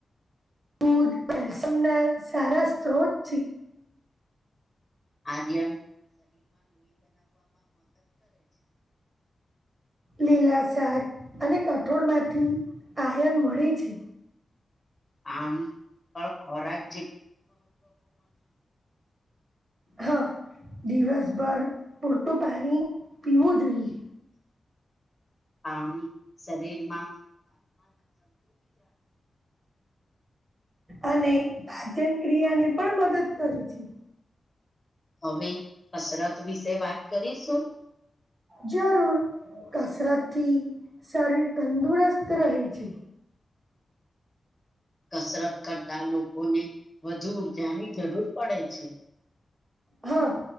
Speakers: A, on the right; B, on the left.
A: દૂધ પલ્સમ ના સારા સ્ત્રોત
B: આર્યન
A: લીલા શાક અને કઠોળમાંથી આયન મળે છે
B: પાણી પણ ખોરાક
A: હા દિવસભર પૂરતું પાણી પીવું જોઈએ
B: પાણી શરીરમાં
A: અને પાચન ક્રિયા ને પણ મદદ કરે છે.
B: હવે કસરત વિશે વાત કરીશું.
A: જરૂર કસરતથી શરીર તંદુરસ્ત રહે છે.
B: કસરત કરતા લોકોને વધુ ઉર્જા ની જરૂર પડે છે.
A: હા.